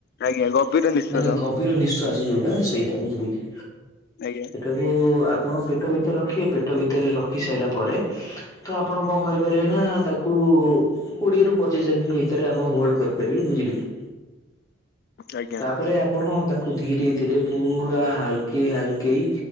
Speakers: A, on the left; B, on the left.
A: ଆଜ୍ଞା ଗଭୀର ନିଶ୍ଵାସ
B: ମାନେ ଗଭୀର ନିଃଶ୍ଵାସ ଯୋଉଟା ସେଇଟା ବୁଝିଲେକି
A: ଆଜ୍ଞା।
B: ତାକୁ ଆପଣ ପେଟ ଭିତରେ ରଖିବେ ପେଟ ଭିତରେ ରଖି ସାରିଲା ପରେ ତ ଆପଣ କଣ କରିପାରିବେନା ତାକୁ କୋଡିଏରୁ ପଚିଶି ଶେ ଭିତରେ ଆପଣ ହୋଲ୍ଡ କରିପାରିବେ ବୁଝିଲେକି
A: ଆଜ୍ଞା
B: ତାପରେ ଆପଣ ତା ତାକୁ ଧୀରେ ଧୀରେ ପୁରା ହାଲକେଇ ହାଲକେଇ